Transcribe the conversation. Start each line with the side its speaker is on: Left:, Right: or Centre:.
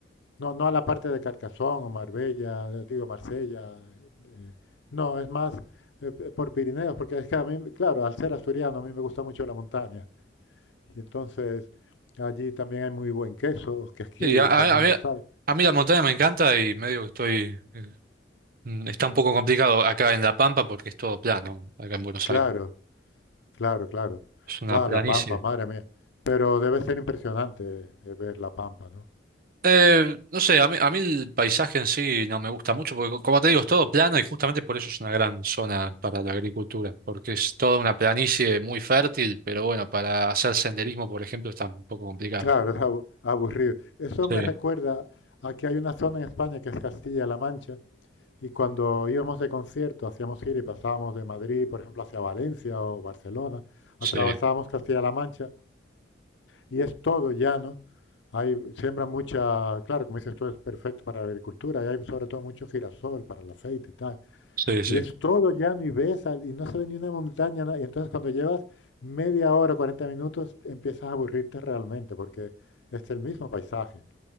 Left: No, no a la parte de Carcassonne o Marbella, eh, digo Marsella. eh, no, es más eh, eh, por Pirineos, porque es que a mí, claro, al ser asturiano, a mí me gusta mucho la montaña. Y entonces allí también hay muy buen queso, que aquí
Right: Sí, a, a-
Left: también
Right: a mí,
Left: lo hay.
Right: a mí la montaña me encanta y medio que estoy... eh, mm, Está un poco complicado acá en La Pampa porque es todo plano, acá en Buenos
Left: Claro,
Right: Aires.
Left: claro, claro.
Right: Es una
Left: Guau,
Right: planicie.
Left: la Pampa, madre mía. Pero debe ser impresionante eh, ver la Pampa, ¿no?
Right: Eh, no sé, a mí, a mí el paisaje en sí no me gusta mucho porque, co- como te digo, es todo plano y justamente por eso es una gran zona para la agricultura, porque es toda una planicie muy fértil, pero bueno, para hacer senderismo, por ejemplo, está un poco complicado.
Left: Claro, es abu- aburrido. Eso me
Right: Sí,
Left: recuerda a que hay una zona en España que es Castilla-La Mancha y cuando íbamos de concierto, hacíamos gira y pasábamos de Madrid, por ejemplo, hacia Valencia o Barcelona, atravesábamos
Right: sí,
Left: Castilla-La Mancha Y es todo llano. Hay, siembra mucha, claro, como dices tú, es perfecto para la agricultura. Y hay sobre todo mucho girasol para el aceite y tal.
Right: sí, sí.
Left: Y es todo llano y ves y no se ve ni una montaña. na- Y entonces cuando llevas media hora, 40 minutos, empiezas a aburrirte realmente porque es el mismo paisaje.